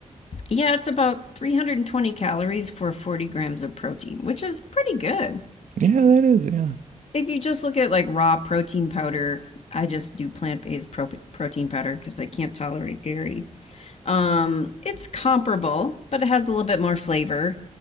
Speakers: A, on the left; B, on the right.
A: Yeah, it's about 320 calories for 40 grams of protein, which is pretty good.
B: Yeah, that is, yeah.
A: If you just look at like raw protein powder, I just do plant based pro- protein powder because I can't tolerate dairy. Um, it's comparable, but it has a little bit more flavor.